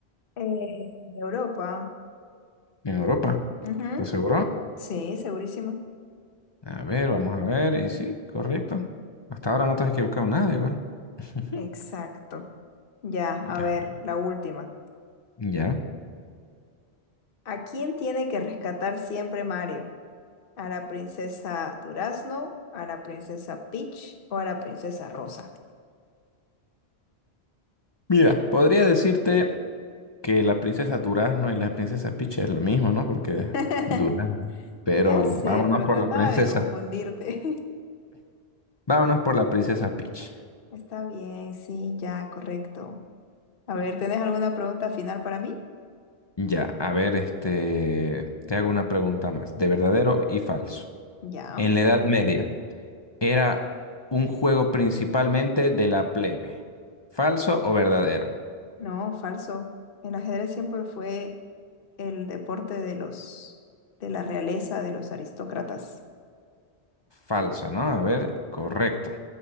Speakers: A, on the left; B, on the left.
A: Eh, en Europa.
B: En Europa,
A: Ujú.
B: ¿estás seguro?
A: Sí, segurísimo.
B: A ver, vamos a ver. Y sí, correcto. Hasta ahora no te has equivocado nada igual. <laughs>
A: Exacto. Ya,
B: Ya.
A: a ver, la última.
B: Ya.
A: ¿A quién tiene que rescatar siempre Mario? ¿A la princesa Durazno? ¿A la princesa Peach? ¿O a la princesa Rosa?
B: Mira, podría decirte que la princesa Durazno y la princesa Peach es lo mismo, ¿no? Porque es
A: <laughs>
B: Durazno. Pero
A: Ya sé,
B: vámonos
A: pero
B: por
A: trataba
B: la princesa.
A: de confundirte.
B: Vámonos por la princesa Peach.
A: <laughs> Está bien, sí, ya, correcto. A ver, ¿tenés alguna pregunta final para mí?
B: Ya, a ver, este, te hago una pregunta más, de verdadero y falso.
A: Ya.
B: En la Edad Media, ¿era un juego principalmente de la plebe? ¿Falso o verdadero?
A: No, falso. El ajedrez siempre fue el deporte de los, de la realeza, de los aristócratas.
B: Falso, ¿no? A ver, correcto.